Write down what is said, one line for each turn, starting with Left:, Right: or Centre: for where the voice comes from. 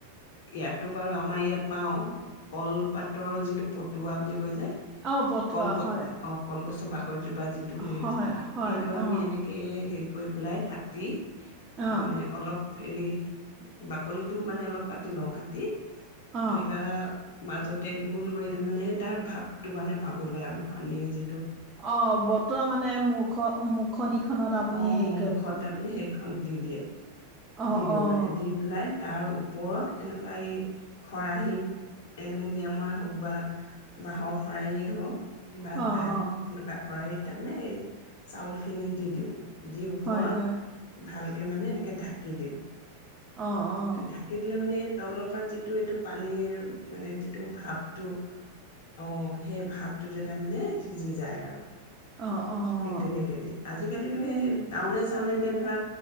Left: ইয়াততো বাৰু আমাৰ ইয়াত পাওঁ কলপাতৰ যি টো পটুৱা বুলি কয় যে
Right: অ', বতোৱা
Left: কলগছ
Right: হয়,
Left: অ' কলগছৰ বাকলিটোৰ‌ পৰা যিটো হেৰি
Right: হয়,
Left: হৈ যায়,
Right: হয়,
Left: সেইটো আমি
Right: অ',
Left: এনেকে হেৰিত কৰি পেলাই কাটি
Right: অ',
Left: মানে অলপ হেৰি বাকলিটোও মানে অলপ কাটি লওঁ কাটি
Right: অ',
Left: এনেকা মাজতে গোল কৰি মানে তাৰ ভাৱটো মানে পাবলৈ আৰু পানী যি
Right: অহ। বতুৱা মানে মুখ, অ মুখ খনিখনত আপুনি
Left: অ
Right: হেৰি কৰি
Left: মুখত
Right: পোন
Left: তাৰমানে সেইখন দি দিয়ে।
Right: অ',
Left: দি দিওঁ
Right: অ',
Left: মানে, দি পেলাই তাৰ ওপৰত এনেকুৱা এই খৰাহী এলুমিনিয়ামৰে হওক বা বাঁহৰ খৰাহিয়েই হওক কিবা
Right: অ',
Left: এটা
Right: অ',
Left: এনেকোৱা খৰাহিত তে মানে এই চাউল খিনি দি দিওঁ। যি ওপৰত
Right: হয়, হয়,
Left: ভাল মানে এনেকোক ঢ়া কি দিওঁ।
Right: অ', অ',
Left: ঢাকি দিলে মানে তলৰ পৰা যিটো এইটো পানীৰ মানে যি টো ভাপটো, অহ, সেই ভাপটো টোতে তাৰমানে সিজি যায় আৰু।
Right: অ' অ'।
Left: সেই তেনেকে দিয়ে আজিকালিতো সেই টাউনে চাউনে এতিয়া ধৰা